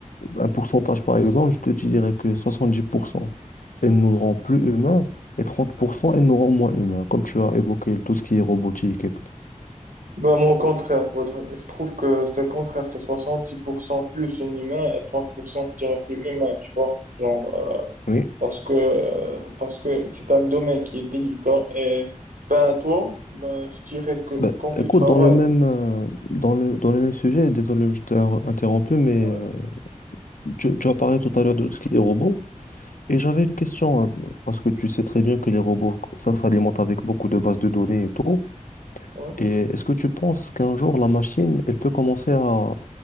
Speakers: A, on the left; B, on the right.
A: un pourcentage par exemple, je te dirais que 70%, elle nous rend plus humains, et 30%, elle nous rend moins humains, comme tu as évoqué tout ce qui est robotique et tout.
B: bah, moi, au contraire, pour être- je trouve que c'est le contraire, c'est 70% plus un humain et 30%, je dirais, plus humain, tu vois. Genre, euh,
A: Oui.
B: parce que, euh, parce que c'est un domaine qui est délicat et, ben, toi, ben, je dirais que
A: Bah,
B: quand tu
A: écoute,
B: travailles,
A: dans le même, euh, dans le, dans le même sujet, désolé, je t'ai interrompu, mais
B: ouais,
A: euh, tu, tu as parlé tout à l'heure de tout ce qui est robot. Et j'avais une question, hein, parce que tu sais très bien que les robots, ça s'alimente avec beaucoup de bases de données et tout.
B: ouais,
A: Et est-ce que tu penses qu'un jour, la machine, elle peut commencer à